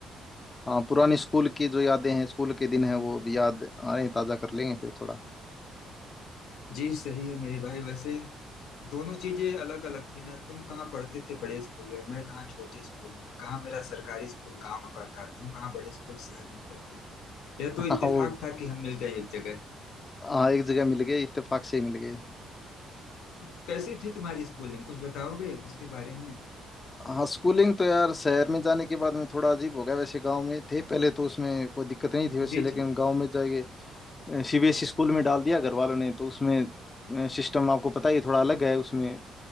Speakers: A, on the left; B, on the left.
A: हाँ पुरानी स्कूल की जो यादें हैं स्कूल के दिन हैं वो अभी याद आ रहे हैं ताज़ा कर लेंगे फिर थोड़ा <laughs>
B: जी सही है मेरे भाई वैसे दोनों चीजें अलग अलग थी ना तुम कहाँ पढ़ते थे बड़े स्कूल में मैं कहाँ छोटे स्कूल में कहाँ मेरा सरकारी स्कूल गांव का था तुम कहाँ बड़े स्कूल शहर में पढ़ते थे यह तो इत्तेफाक
A: हाँ वो
B: था कि हम मिल गए एक जगह
A: हाँ एक जगह मिल गए इत्तेफाक से ही मिल गए
B: तो कैसी थी तुम्हारी स्कूलिंग कुछ बताओगे उसके बारे में
A: हाँ स्कूलिंग तो यार शहर में जाने के बाद में थोड़ा अजीब हो गया वैसे गांव में थे पहले तो उसमें कोई दिक्कत नहीं थी वैसे
B: जी
A: लेकिन
B: जी
A: गांव में जाएंगे सीबीएसई स्कूल में डाल दिया घर वालों ने तो उसमें सिस्टम आपको पता ही है, थोड़ा अलग है उसमें